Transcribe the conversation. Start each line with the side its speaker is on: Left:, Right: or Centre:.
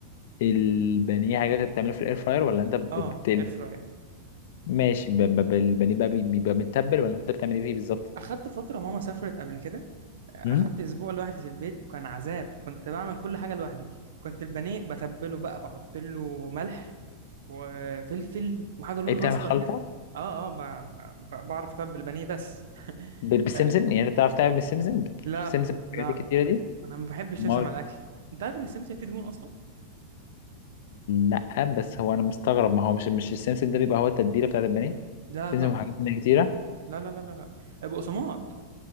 Left: البانيه حاجه بتعمله في الاير فراير ولا انت ب-
Right: اه
Left: بتقلي
Right: اير فراير
Left: ماشي ب- ب- ب- البانيه بقى بي- بيبقى متبل ولا انت بتعمل ايه فيه بالظبط
Right: اخدت فتره ماما سافرت قبل كده اخدت
Left: امم
Right: اسبوع لوحدي في البيت كان عذاب كنت بعمل كل حاجه لوحدي كنت البانيه بتبله بقى بحط له ملح وفلفل وحاجه لونها
Left: ايه بتعمل
Right: اصفر
Left: خلطه
Right: كده اه اه ب... ب... بعرف اتبل البانيه بس
Left: ب- بالسمسم
Right: <laughs>
Left: يعني انت بتعرف تعمل بالسمسم بتسمسم
Right: لا
Left: الحاجات
Right: لا
Left: الكتيره دي
Right: انا ما بحبش
Left: ما
Right: سمسم على الاكل انت عارف ان السمسم فيه دهون اصلا
Left: لا بس هو انا مستغرب ما هو مش مش السمسم ده بيبقى هو التتبيله بتاعت البانيه
Right: لا
Left: سمسم
Right: طبعا
Left: وحاجات تانية كتيره
Right: لا لا لا لا لا بقسماط